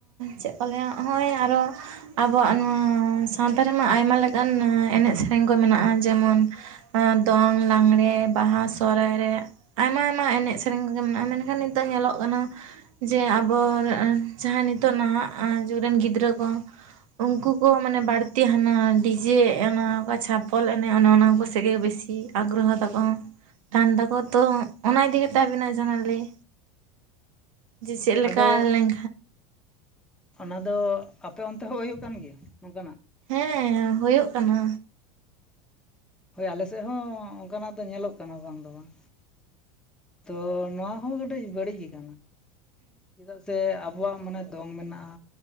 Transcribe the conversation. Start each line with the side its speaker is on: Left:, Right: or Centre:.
Right: ᱪᱮᱫ ᱠᱚ ᱞᱟᱹᱭᱟ ᱦᱚᱜ-ᱚᱭ ᱟᱨᱚ ᱟᱵᱚᱣᱟᱜ ᱱᱚᱣᱟ ᱥᱟᱶᱛᱟ ᱨᱮᱢᱟ ᱟᱭᱢᱟ ᱞᱮᱠᱟᱱ ᱮᱱᱮᱡ ᱥᱮᱨᱮᱧ ᱠᱚ ᱢᱮᱱᱟᱜ-ᱟ ᱡᱮᱢᱚᱱ ᱫᱚᱝ ᱞᱟᱜᱽᱬᱮ ᱵᱟᱦᱟ ᱥᱚᱦᱨᱟᱭ ᱨᱮ ᱟᱭᱢᱟ ᱟᱭᱢᱟ ᱮᱱᱮᱡ ᱥᱮᱨᱮᱧ ᱠᱚᱜᱮ ᱢᱮᱱᱟᱜ-ᱟ ᱢᱮᱱᱠᱷᱟᱱ ᱱᱤᱛᱚᱜ ᱧᱮᱞᱚᱜ ᱠᱟᱱᱟ ᱡᱮ ᱟᱵᱚ ᱡᱟᱦᱟᱸᱭ ᱱᱤᱛᱚᱜ ᱱᱟᱦᱟᱜ ᱡᱩᱜᱽ ᱨᱮᱱ ᱜᱤᱫᱽᱨᱟᱹ ᱠᱚ ᱩᱱᱠᱩ ᱠᱚ ᱢᱟᱱᱮ ᱵᱟᱹᱲᱛᱤ ᱦᱟᱱᱟ ᱰᱤᱡᱮ ᱮᱱᱮᱡ ᱚᱠᱟ ᱪᱷᱟᱯᱚᱞ ᱮᱱᱮᱡ ᱚᱱᱮ ᱚᱱᱟ ᱠᱚ ᱥᱮᱫ ᱜᱮ ᱵᱮᱥᱤ ᱟᱜᱽᱨᱚᱦᱚ ᱛᱟᱠᱚ ᱛᱟᱦᱮᱱ ᱛᱟᱠᱚᱣᱟ ᱛᱚ ᱚᱱᱟ ᱤᱫᱤ ᱠᱟᱛᱮ ᱟᱵᱤᱱᱟᱜ ᱡᱟᱦᱱᱟᱜ ᱞᱮᱭ ᱡᱮ ᱪᱮᱫ ᱞᱮᱠᱟ
Centre: ᱟᱫᱚ
Right: ᱞᱮᱱ
Centre: ᱚᱱᱟ ᱫᱚ ᱟᱯᱮ ᱚᱱᱛᱮ ᱦᱚᱸ ᱦᱩᱭᱩᱜ ᱠᱟᱱ ᱜᱮᱭᱟ ᱱᱚᱝᱠᱟᱱᱟᱜ
Right: ᱦᱮᱸ ᱦᱩᱭᱩᱜ ᱠᱟᱱᱟ
Centre: ᱦᱳᱭ ᱟᱞᱮᱥᱮᱫ ᱦᱚᱸ ᱚᱱᱠᱟᱱᱟᱜ ᱫᱚ ᱧᱮᱞᱚᱜ ᱠᱟᱱᱟ ᱵᱟᱝ ᱫᱚ ᱵᱟᱝ ᱛᱚ ᱱᱚᱣᱟ ᱦᱚᱸ ᱠᱟᱹᱴᱤᱡ ᱵᱟᱹᱲᱤᱡ ᱜᱮ ᱠᱟᱱᱟ ᱪᱮᱫᱟᱜ ᱥᱮ ᱟᱵᱚᱣᱟᱜ ᱢᱟᱱᱮ ᱫᱚᱝ ᱢᱮᱱᱟᱜ-ᱟ